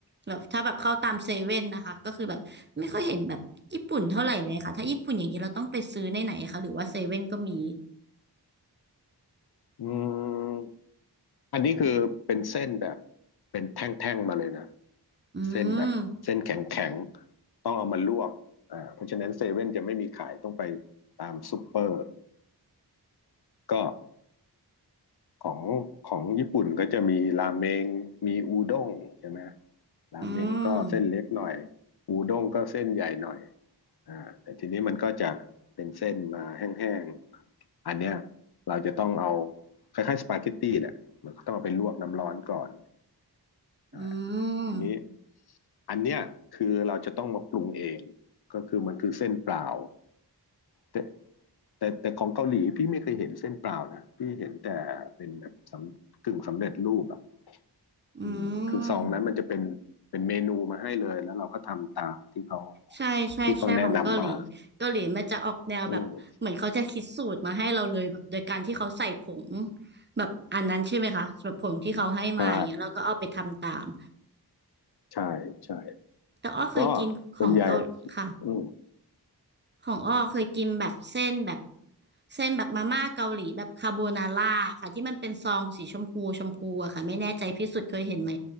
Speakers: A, on the right; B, on the left.
A: แบบถ้าแบบเข้าตามเซเว่นนะคะก็คือแบบไม่ค่อยเห็นแบบญี่ปุ่นเท่าไหร่เลยค่ะถ้าญี่ปุ่นอย่างนี้เราต้องไปซื้อในไหนคะหรือว่าเซเว่นก็มี
B: อืม อันนี้คือเป็นเส้นแบบเป็นแท่งๆมาเลยนะ
A: อืม
B: เส้นแบบเส้นแข็งๆต้องเอามาลวกอ่าเพราะฉะนั้นเซเว่นจะไม่มีขายต้องไปตามซูเปอร์ก็ของของญี่ปุ่นก็จะมีราเมงมีอูด้งใช่ไหมราเมงก็เส้นเล็กหน่อย
A: อืม
B: อูด้งก็เส้นใหญ่หน่อยอ่าแต่ทีนี้มันก็จะเป็นเส้นมาแห้งๆอันเนี้ยเราจะต้องเอาคล้ายๆสปาเกตตี้แหละมันก็ต้องเอาไปลวกน้ำร้อนก่อน อ่า
A: อื
B: ทีนี้
A: ม
B: อันเนี้ยคือเราจะต้องมาปรุงเองก็คือมันคือเส้นเปล่าแต่แต่แต่ของเกาหลีพี่ไม่เคยเห็นเส้นเปล่านะพี่เห็นแต่เป็นแบบสำกึ่งสำเร็จรูปอ่ะ
A: อื
B: อืมคือซองนั้นมันจะเป็นเป็นเมนูมาให้เลยแล้วเราก็ทำตามที่เขา
A: มใช่ใช่ใช่ของเกาหลี
B: ที่เขาแนะนำมา
A: เกาหลีมันจะออกแนวแบบเหมือนเขาจะคิดสูตรมาให้เราเลยแบบโดยการที่เขาใส่ผง
B: อืม
A: แบบอันนั้นใช่ไหมคะแบบผงที่เขาให้มาอย่างเงี้ยแล้วก็เอาไปทำตาม
B: ใช่ใช่ใช่
A: แต่อ้อเคยกินของเกาค่ะ
B: ก็ส่วนใหญ่อืม
A: ของอ้อเคยกินแบบเส้นแบบเส้นแบบมาม่าเกาหลีแบบคาโบนาร่าค่ะที่มันเป็นซองสีชมพูชมพูอะค่ะไม่แน่ใจพี่สุดเคยเห็นไหม